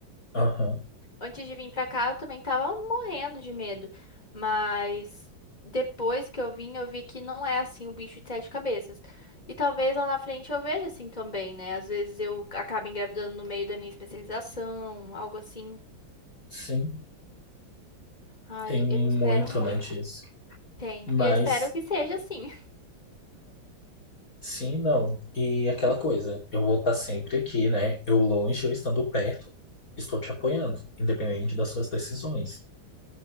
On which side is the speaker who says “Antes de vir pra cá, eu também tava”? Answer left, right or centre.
Left